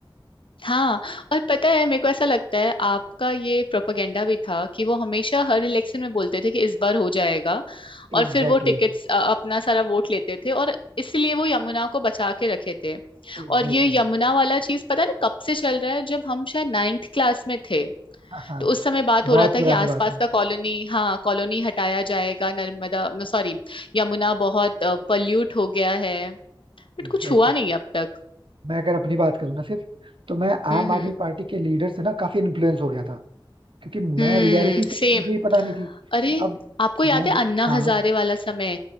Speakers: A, on the left; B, on the right.
A: हाँ और पता है मेरे को ऐसा लगता है आपका ये प्रोपेगेंडा भी था कि वो हमेशा हर इलेक्शन में बोलते थे कि इस बार हो जाएगा और
B: Exactly
A: फिर वो टिकट्स
B: exactly,
A: अपना सारा वोट लेते थे और इसलिए वो यमुना को बचा के रखे थे
B: exactly
A: और ये
B: exactly.
A: यमुना वाला चीज पता नहीं कब से चल रहा है जब हम शायद नाइन्थ क्लास में थे
B: हाँ हाँ
A: तो उस समय बात
B: बहुत
A: हो रहा था
B: पुरानी
A: कि आसपास
B: बात है
A: का कॉलोनी हाँ कॉलोनी हटाया जाएगा नर्मदा सॉरी यमुना बहुत पल्यूट हो गया है बट
B: Exactly
A: कुछ हुआ नहीं
B: exactly.
A: है अब तक
B: मैं अगर अपनी बात करूँ ना सिर्फ तो मैं
A: हम्म
B: आम आदमी
A: हम्म
B: पार्टी के लीडर से ना काफी इन्फ्लुएंस हो गया था क्योंकि
A: हम्म
B: मैं रियलिटी चेक
A: सेम
B: तो मुझे ही पता नहीं थी
A: अरे
B: अब
A: आपको याद
B: मैं
A: है
B: दे...
A: अन्ना
B: हाँ
A: हजारे वाला समय